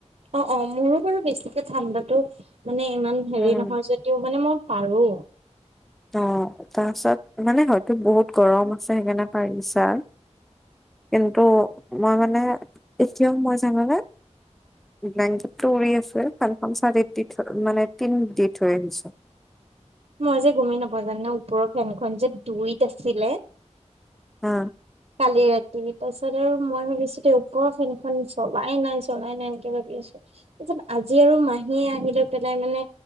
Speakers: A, on the right; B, in the centre.
A: অ', অ', মোৰো বাৰু বেছিকে ঠাণ্ডাতো মানে ইমান হেৰি
B: উম
A: নহয় যে তে মানে মই পাৰো।
B: অ', তাৰপিছত মানে হয়তো বহুত গৰম আছে সেইকাৰণে পাৰিছা। কিন্তু মই মানে এতিয়াও মই জানোনে? ব্লেংকেটটো উৰি আছে। ফেনখন চাৰি দি থ মানে তিন দি থৈ আহিছোঁ।
A: মই আজি যে গমেই নাপাওঁ জানানে, ওপৰৰ ফেনখন যে দুইত আছিলে।
B: অ,
A: কালি ৰাতি তাৰপিছত আৰু মই ভাবিছো তে ওপৰ ফেনখন চলাই নাই চলাই নাই ভাবি আছো তাৰপিছত আজি আৰু মাহীয়ে আহি লৈ পেলাই মানে